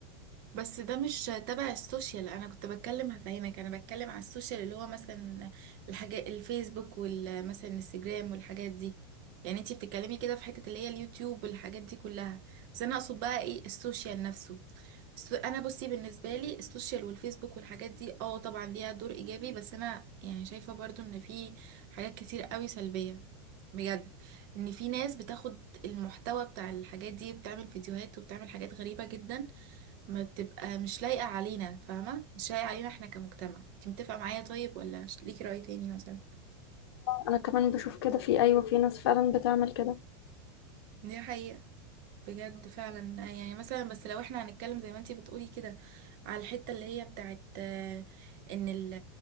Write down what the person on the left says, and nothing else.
انا كمان بشوف كده في ايوه في ناس فعلا بتعمل كده